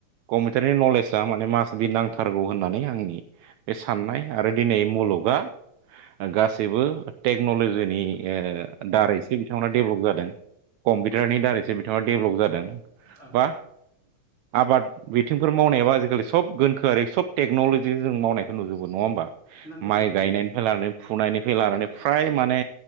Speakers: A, on the right; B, on the left.
A: कम्पिउटारनि नलेजआ माने मास बि नांथारगौ होननानै आंनि बे साननाय आरो दिनै मुलुग बा गासैबो टेकन'लजिनि नि ओ दारैसो बिथांमोना डेभलप जादों कम्पिउटारनि दारैसो बि डेभेलप जादों
B: ओं
A: बा आबाद बिथिंफोर मावनायाबो आजिखालि सब गोनखोआरि सब टेक्न'लजि जों मावनायखौ नुजोबो नङा होमबा
B: नांगौ
A: माइ
B: जायो नों
A: गायनायनिफ्राय लानानै फुनायनिफ्राय लानानै फ्राय माने